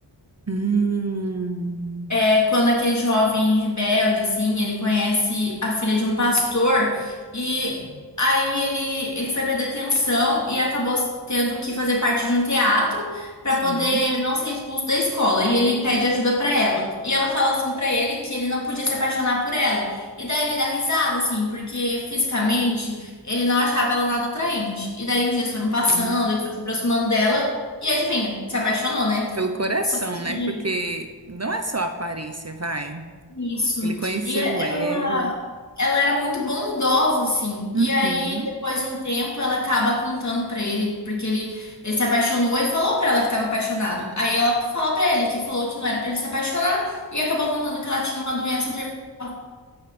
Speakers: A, on the right (about 35°); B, on the left (about 40°).
A: Hum,
B: É quando aquele jovem rebelde, assim, ele conhece a filha de um pastor e aí ele, ele foi pra detenção e acabou tendo que fazer parte de um teatro pra
A: sim,
B: poder não ser expulso da escola. E ele pede ajuda pra ela. E ela fala assim pra ele que ele não podia se apaixonar por ela. E daí ele dá risada, assim, porque fisicamente ele não achava ela nada atraente. E daí os dias foram passando,
A: sim.
B: ele foi se aproximando dela e adivinha, se apaixonou, né?
A: Pelo coração,
B: Só
A: né?
B: que
A: Porque não é só a aparência, vai.
B: isso.
A: Ele conheceu
B: E ela,
A: ela.
B: ela era muito bondosa, assim.
A: Uhum.
B: E aí, depois de um tempo, ela acaba contando pra ele, porque ele, ele se apaixonou e falou pra ela que tava apaixonado. Aí ela fala pra ele que falou que não era pra ele se apaixonar e acabou contando que ela tinha uma doença terminal.